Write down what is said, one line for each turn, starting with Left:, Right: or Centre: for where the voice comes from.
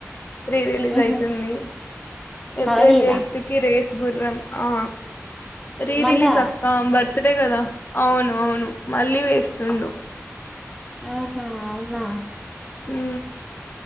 Left: re release
Centre: ఊహూ
Left: అయతుంది ఏప్రిల్
Centre: మగధీరా
Left: ఎయిత్ కి రేస్ గుర్రం ఆ రీ
Centre: మళ్ళా
Left: రిలీజ్ అక్కాబర్ తదే కదా అవును అవును మళ్ళీ వేస్తుండు
Centre: ఉహు అవునా
Left: ఊ